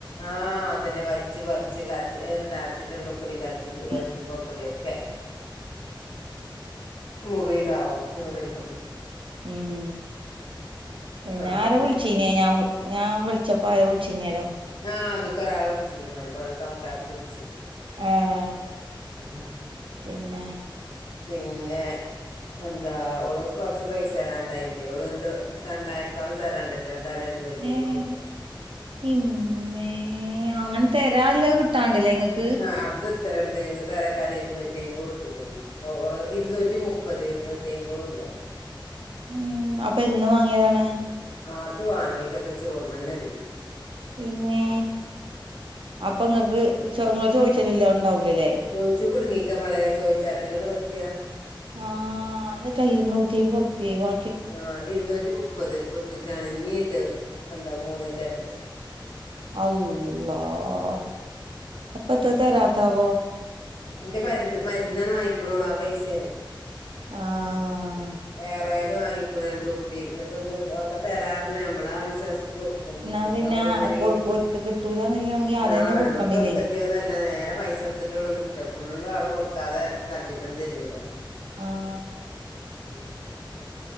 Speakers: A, on the left; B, on the right.
A: ആഹ് അതന്നെ വലിച്ചു പറിച്ച് കജേടുതാൻ. ഇതിന്റെ ഉള്ളിൽ കൂടി ഇങ്ങാജുമ്പമ്മക്കെടിയെക്കെ.
B: ഉം
A: മുറിതാവും ന്നീറിട്ടൊണ്ട്.
B: ഉം പിനാര
A: ആഹ് അങ്ങനെ
B: വിള്ച്ച്- പിനെ ഞാവ്ൾ ഞാവിൾച്ചപ്പോ ആരോ വിൾച്ചീനേലോ.
A: ആഹ് ഇത്ക്കൊരാള് വിൾച്ചിര്ന്ന് ഒര് പോര തൊണക്കാര്ത്തി വിൾച്ചി-
B: ആ ഹ്
A: <inaudible>
B: പിനെ
A: പിനെ എന്താ ഓള്ക്ക്‌ കൊറച്ച് പൈസ തരാണ്ടായിനി- ഓള് ന്ന്ട്ട് രണ്ടായിരത്തോളം തരാൻ ണ്ട്ട്ടൊ ൻട്ട്റയാ ഇരുന്നൂറ്റി അയ്മ്പത്
B: ഏഹ്
A: വിട്ട്ക്കുണു.
B: ഇമ്മേ അങ്ങനെ തെരാൻള്ളത് കിട്ടാണ്ട് ലെ ഇങ്ങക്ക്.
A: ആ അത് ഇത്രണ്ട് ഇഞ്ഞി പെരക്കാരെ ഇരുന്നൂറ്റി അയ്മ്പത് വിട്ട് ക്കുണുന്ന് അപ്പൊ ഓള് ഇരുന്നൂറ്റി മുപ്പ- മുപ്പത് ഇരുന്നൂറ്റി അയ്മ്പതുല്ല.
B: ഉം അപ്പെന്ന് വാങ്ങിയതാണ്.
A: അത് വാങ്ങീട്ടൊക്കെ ച്ച് ഓർമ്മനല്ല.
B: ഇമ്മേ അപ്പ ഇങ്ങക്ക് ചോ ങ്ങള് ചോയ്ച്ചലില്ല ഉണ്ടാവുലല്ലെ.
A: ചോയ്ച്ചു കുടുങ്ങീക്ക മോളെ ചോയ്ച്ചാനല്ലേള്ളൂ പറ്റാ.
B: ആഹ് ന്ന്ട്ട് അ ഇരുന്നൂറ്റി അയ്മ്പത് ഉർ പ്യെ വാ
A: ആഹ് ഇരുന്നൂറ്റി മുപ്പത് വിട്ട്ക്കാണ് ഞ്ഞിണ്ട് എന്താ മൂന്നിന്റെട്ത്ത്.
B: അള്ളാഹ് അപ്പത്താ തരാത്താവോ?
A: ന്റെ മര്ന്ന് മര്ന്നാണ് വാങ്ങിക്കണോള് ആ പൈസേണെ.
B: ആഹ്
A: എയർ ഓയില് വാങ്ങിക്കുണു രണ്ട് കുപ്പി ന്ന്ട്ട് ഒന്ന് ത് ഒക്കെ തരാർഞ് നമ്മളാ വിശ്വാസത്തി കൊടുക്കു. ക്കും
B: എന്നാ
A: പിനെ
B: പിന്നെ
A: ഓളിങ്ങനെ
B: കൊടുക്കോര്ത്ത്
A: ഈ
B: കിട്ടൂലന്നില്ലാണെങ്കി ആദ്യന്നെ
A: ആഹ്
B: കൊടുക്കണ്ടില്ലേനി
A: നമ്മക്ക് വെർതെട്ട്യൊന്നല്ല നേരെ പൈസൊട്ത്. ത്ത്ട്ടൊള്ളൂ കിട്ട ഫുള്ളും അവടെ കൊടുക്കാതെ കജിക്കണ്ട് തരൂല.
B: ആഹ്
A: <unintelligible>